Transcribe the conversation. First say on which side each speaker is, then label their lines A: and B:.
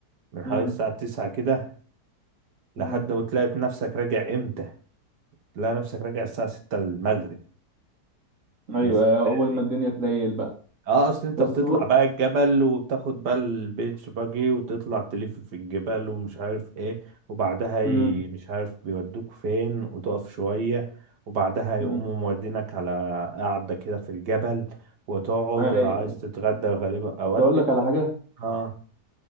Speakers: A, on the right; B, on the right.
A: من حوالي
B: مم.
A: الساعة 9 كده لحد
B: مم.
A: وتلاقي نفسك راجع امتى تلاقي نفسك راجع الساعة 6 المغرب
B: ايوه
A: من السفاري
B: اول ما الدنيا تليل بقى
A: اه اصل انت
B: بس
A: بتطلع
B: ب...
A: بقى الجبل وبتاخد بقى البيتش باجي وتطلع تلف في الجبال ومش عارف ايه وبعدها ي...
B: مم.
A: مش عارف بيودوك فين وتقف شوية وبعدها يقوموا
B: مم.
A: مودينك على قعدة كده في الجبل وتقعد
B: ايوه
A: ولو عايز
B: أيوة.
A: تتغدى غالبا
B: بس
A: اوقات
B: اقول
A: بيبقى
B: لك على حاجة
A: اه